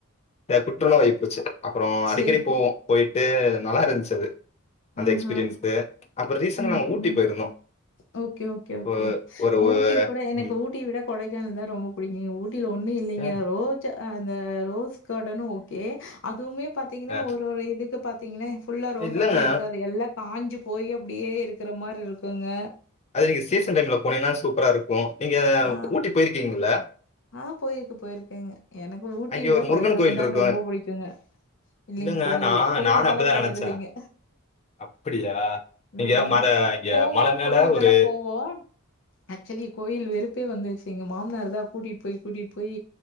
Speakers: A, on the left; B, on the left.
A: குற்ற நோய் புடுச்சு அப்பறோ அடிக்கடி
B: சரி.
A: போவோ போயிட் நல்லா இருந்துச்சு அது அந்த
B: ஆ
A: எக்ஸ்பீரியன்ஸ்
B: ஹா
A: அப்புறம் ரீசெண்டா
B: உம்
A: நாங்க ஊட்டி
B: உம்
A: போயிருந்தோம்
B: ஓகே ஓகே ஓகே
A: ஒ- ஒரு
B: ஊட்டி
A: ஒ-
B: கூட எனக்கு
A: ம்,
B: ஊட்டி விட கொடைக்கானல்தா ரொம்ப புடிக்கு நீ ஊர் ஊட்டில ஒன்னு இல்லைங்க
A: ஏன்?
B: ரோஜா அந்த ரோஸ் கார்டன் ஓகே அதுவுமே பாத்தீங்கன்னா
A: அஹ்,
B: ஒரு ஒரு இதுக் பாத்தீங்கனே ஃபுல்லா ரோஸ்சல்லா
A: இல்லங்க
B: இருக் த்து அது எல்லா காஞ்சு போயி அப்டியே இருக்குற மார் இருக்கு க்குங்க
A: அது நீங்க சீசன் டைம்ல போனீங்கன்னா சூப்பரா இருக்கு நீங்க
B: ஆ.
A: ஊட்டி போயிருக்கீங்கள
B: ஆ போயிருக்கு போயிருக்கேங்க எனக்கு ஊட்டிய
A: அங்க
B: விட
A: ஒரு முருகன்
B: கொடைக்கானல்
A: கோயில்
B: தான்
A: இருக்கும்
B: ரொம்ப புடிக்குங்க இல்லைங்க
A: இல்லங்க
B: போனது
A: நான்
B: இல்ல கோயிலுக்கெல்லா
A: நானும் அப்படிதான்
B: போனது
A: நினைச்சேன்
B: இல்லைங்க
A: அப்படியா
B: ம்
A: இங்க மலை இங்க
B: போவோ
A: மலை மேல
B: கோயிலுக்கெல்லா
A: ஒரு
B: போவோம் ஆக்சுவலி கோயில் வெறுப்பே வந்துருச்சு எங்க மாமனார் தா கூட்டிட்டு போய் கூட்டிட்டு போய்